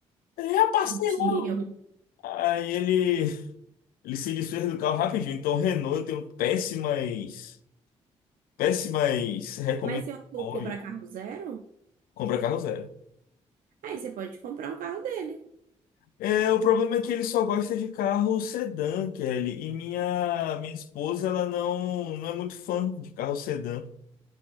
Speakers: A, on the left; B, on the right.
A: Eu já passei
B: Tadinho.
A: logo. Aí ele, ele se desfez do carro rapidinho. Então, Renault, eu tenho péssimas, péssimas recomendações.
B: Mas se eu for comprar carro zero,
A: Compra carro zero.
B: aí você pode comprar um carro dele.
A: É, o problema é que ele só gosta de carro sedã, Kelly. E minha, minha esposa, ela não, não é muito fã de carro sedã.